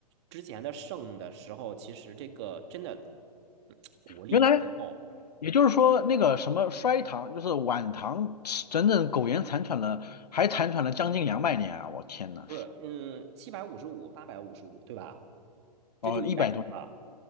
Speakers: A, on the right (about 40°); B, on the left (about 70°).
A: 之前的盛的时候，其实这个真的嗯国力雄厚，
B: 原来也就是说，那个什么衰唐，就是晚唐，整整苟延残喘了，还残喘了将近两百年啊！我天呐，
A: 不是，嗯，七百五十五、八百五十五，对吧？
B: 哦，
A: 这就一百年了。
B: 一百多年，